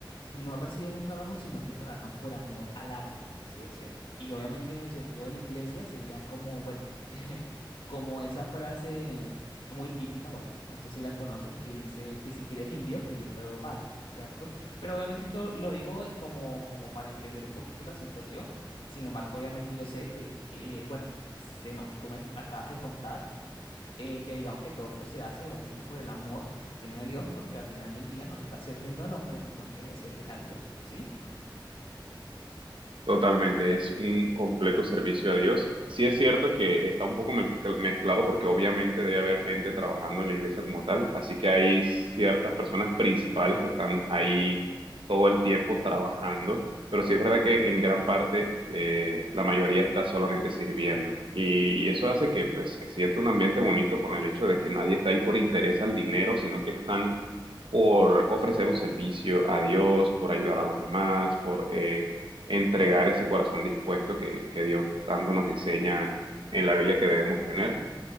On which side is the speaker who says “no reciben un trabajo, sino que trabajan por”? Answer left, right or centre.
Left